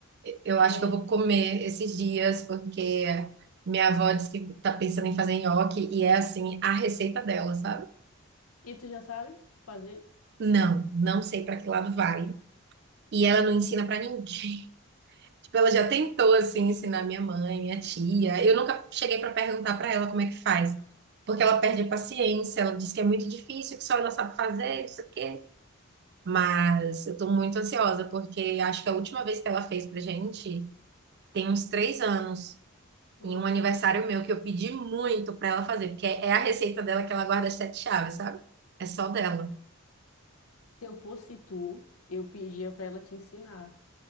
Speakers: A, on the right; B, on the left.
A: eu
B: É...
A: acho que eu vou comer esses dias, porque minha avó disse que tá pensando em fazer nhoque e é assim, a receita dela, sabe?
B: E tu já sabe fazer?
A: Não, não sei para que lado vai. E ela não ensina para ninguém. <laughs> Tipo, ela já tentou assim ensinar minha mãe, minha tia. Eu nunca cheguei para perguntar para ela como é que faz, porque ela perde a paciência, ela diz que é muito difícil, que só ela sabe fazer, isso aqui. Mas eu tô muito ansiosa, porque acho que a última vez que ela fez pra gente tem uns três anos,
B: Nossa.
A: em um aniversário meu, que eu pedi muito pra ela fazer, porque é a receita dela que ela guarda as sete chaves, sabe? É só dela.
B: Se eu fosse tu, eu pedia pra ela te ensinar.